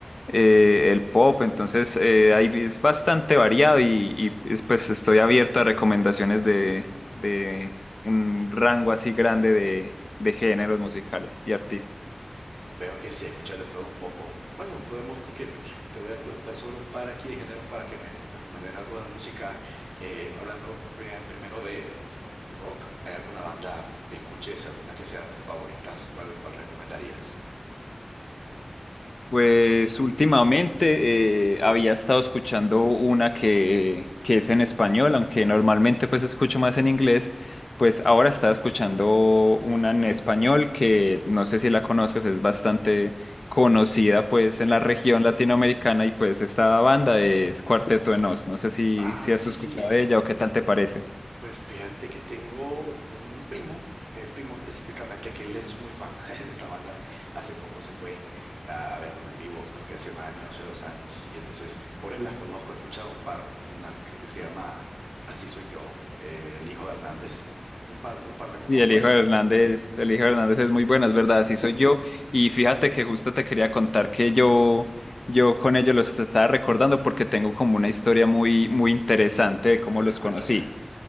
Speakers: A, on the left; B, on the right.
A: eh, el pop, entonces eh, ahí es bastante variado y, y, es- pues estoy abierto a recomendaciones de, de un rango así grande de, de géneros musicales y artistas.
B: Veo que sí escuchas de todo un poco. Bueno, podemos, creo que te te voy a preguntar sobre un par aquí de géneros para que me recomiendes algo de música, eh, hablando pri- primero Rock, ¿hay alguna banda que escuches, alguna que sea tus favoritas? ¿Cuál, cuál recomendarías?
A: Pues últimamente eh, había estado escuchando una que, que es en español, aunque normalmente pues escucho más en inglés, pues ahora estaba escuchando una en español que no sé si la conozcas, es bastante conocida pues
B: Sí.
A: en la región latinoamericana y pues esta banda es Cuarteto de Nos, no sé si,
B: Ah,
A: si
B: sí,
A: has escuchado
B: sí.
A: de ella o qué tal te parece.
B: Pues fíjate que tengo un primo, que es primo específicamente, que él es muy fan <laughs> de esta banda. Hace poco se fue a, a verlos en vivo, creo que hace un año, hace dos años. Y entonces, por él la conozco, he escuchado un par, una creo que se llama Así Soy Yo, eh, el hijo de Hernández. Un par, un par me conozco
A: Y el
B: ahí.
A: hijo de Hernández, el hijo de Hernández es muy bueno, es verdad, así soy yo. Y fíjate que justo te quería contar que yo, yo con ellos los estaba recordando porque tengo como una historia muy, muy interesante de cómo
B: A ver,
A: los
B: cuéntame,
A: conocí.